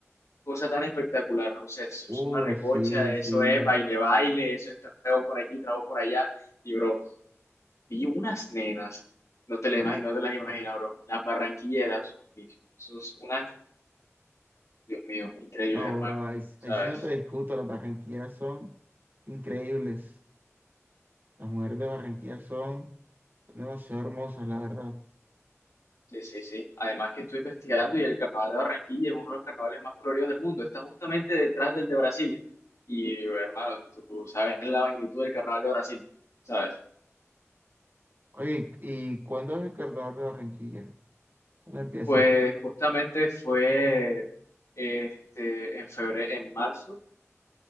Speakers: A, on the left; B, on the right.
A: cosa tan espectacular. O sea, eso
B: Uh,
A: es una recocha,
B: sí,
A: eso
B: sí.
A: es baile, baile, eso es trago por aquí, trago por allá. Y, bro, vi unas nenas, no te las
B: Uy,
A: imag- no te las imaginas, bro, las barranquilleras. Y eso es unas, Dios mío, increíbles,
B: no,
A: hermano,
B: bro, ahí,
A: ¿sabes?
B: ahí sí no te discuto. Las barranquillas son increíbles. Las mujeres de Barranquilla son demasiado hermosas, la verdad.
A: Sí, sí, sí. Además que estoy investigando y el carnaval de Barranquilla es uno de los carnavales más coloridos del mundo. Está justamente detrás del de Brasil. Y hermano, tú sabes la magnitud del carnaval de Brasil, ¿sabes?
B: Oye, ¿y cuándo es el carnaval de Barranquilla? ¿Cuándo empieza?
A: Pues justamente fue este, en febrero, en marzo,